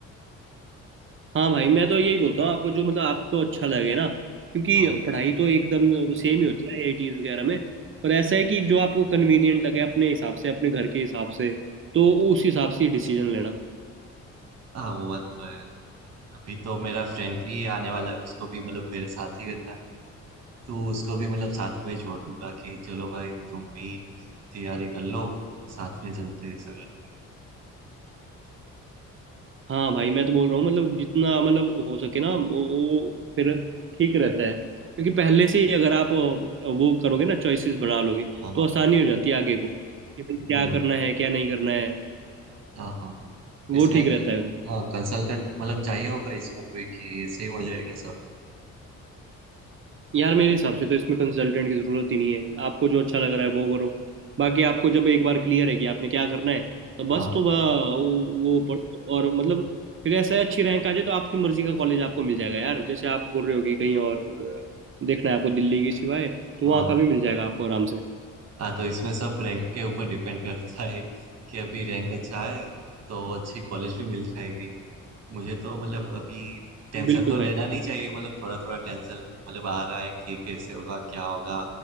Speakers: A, on the right; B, on the right.
A: हाँ भाई मैं तो यही बोलता हूँ आपको जो मतलब आपको अच्छा लगे ना क्योंकि
B: हाँ
A: पढ़ाई तो एकदम सेम ही होती है आईआईटीज वगैरह में पर ऐसा है कि जो आपको कन्वीनियंट लगे अपने हिसाब से अपने घर के हिसाब से तो उस हिसाब से डिसीजन लेना
B: हाँ वो बात तो है अभी तो मेरा फ्रेंड भी आने वाला है उसको भी मतलब मेरे साथ ही करना है तो उसको भी मतलब साथ में जोड़ लूंगा कि चलो भाई तुम भी तैयारी कर लो साथ में चलते हैं ऐसा करके
A: हाँ भाई मैं तो बोल रहा हूँ मतलब जितना मतलब हो सके ना वो, वो फिर ठीक रहता है क्योंकि पहले से ही अगर आप अ, वो करोगे ना चॉइसेस बना लोगे
B: हाँ हाँ
A: तो आसानी हो जाती है आगे को कि भाई क्या
B: हम्म,
A: करना है क्या नहीं करना है
B: हाँ हाँ
A: वो
B: इसमें
A: ठीक
B: कोई
A: रहता है फिर
B: हाँ कंसल्टेंट मतलब चाहिए होगा इसमें कोई कि ऐसे ही हो जाएगा सब
A: यार मेरे हिसाब से तो इसमें कंसल्टेंट की जरूरत ही नहीं है आपको जो अच्छा लग रहा है वो करो बाकी आपको जब एक बार क्लियर है कि आपने क्या करना है तो बस
B: हाँ
A: तो ब- वो वो पढ़ो और मतलब फिर ऐसा है, अच्छी रैंक आ जाए तो आपकी मर्जी का कॉलेज आपको मिल जाएगा यार जैसे आप बोल रहे हो कि कहीं और अ, देखना है आपको दिल्ली के सिवाय तो
B: हाँ
A: वहाँ
B: हाँ।
A: का भी मिल जाएगा आपको आराम से
B: हाँ तो इसमें सब रैंक के ऊपर डिपेंड करता है कि अभी रैंक अच्छा है तो अच्छी कॉलेज भी मिल जाएगी मुझे तो मतलब अभी टेंशन
A: बिल्कुल
B: तो
A: भाई
B: लेना
A: बिल्कुल
B: नहीं चाहिए मतलब थोड़ा थोड़ा टेंशन मतलब आ रहा है कि कैसे होगा क्या होगा